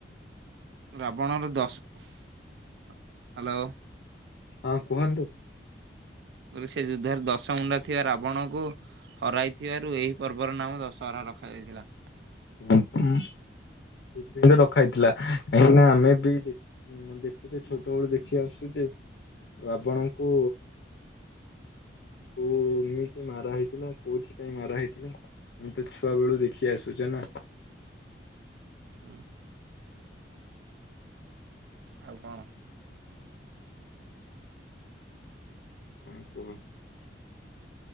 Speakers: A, on the right (about 70°); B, on the left (about 65°).
A: ରାବଣର ଦଶ ହ୍ୟାଲୋ।
B: ହଁ କୁହନ୍ତୁ।
A: ବୋଲି ସେ ଯୁଦ୍ଧରେ ଦଶମୁଣ୍ଡା ଥିବା ରାବଣକୁ ହରାଇଥିବାରୁ ଏହି ପର୍ବର ନାମ ଦଶହରା ରଖାଯାଇଥିଲା।
B: ଉଁ ହୁଁ। ସେଥିପାଇଁ ତ ରଖାହେଇଥିଲା କାହିଁକି ନା ଆମେ ବି ହୁଁ ଦେଖୁଛେ ଛୋଟ ବେଳୁ ଦେଖି ଆସୁଚି। ସେ ରାବଣଙ୍କୁ କୋଉମିତି ମାରା ହେଇଥିଲା କୋଉଥି ପାଇଁ ମାରା ହେଇଥିଲା ମୁଁ ତ ଛୁଆ ବେଳୁ ଦେଖି ଆସୁଛେ ନା
A: ହୁଁ। ଆଉ କଣ
B: କଣ କୁହ।